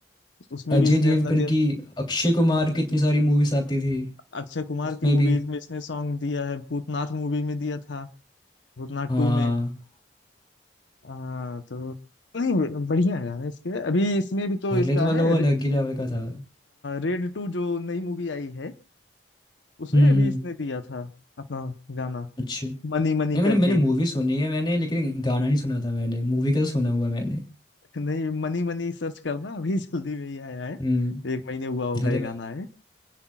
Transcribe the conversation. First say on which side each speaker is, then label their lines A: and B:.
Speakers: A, on the left (about 80°); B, on the left (about 25°).
A: उसमें
B: अजय
A: भी इसने
B: देवगन
A: अपना दिया
B: की अक्षय कुमार की इतनी सारी मूवीज आती थी
A: अक्षय कुमार
B: उसमें
A: की मूवीज
B: भी
A: में इसने सॉन्ग दिया है भूतनाथ मूवी में दिया था भूतनाथ
B: हाँ
A: टू में आ, तो नहीं बढ़िया गाने इसके अभी इसमें भी तो
B: पहले
A: इसका
B: तो मतलब
A: है
B: वो
A: रे,
B: अलग ही लेवल का था
A: रेड टू जो नई मूवी आई है उसमें
B: हम्म
A: भी
B: हम्म
A: इसने दिया था अपना गाना
B: अच्छा नहीं
A: मनी मनी करके
B: मैंने मैंने मूवी सुनी है मैंने लेकिन गाना नहीं सुना था मैंने मूवी का तो सुना हुआ मैंने
A: नहीं मनी मनी सर्च करना अभी जल्दी में ही आया है
B: हम्म
A: एक महीने हुआ होगा
B: अरे
A: ये
B: मैं
A: गाना है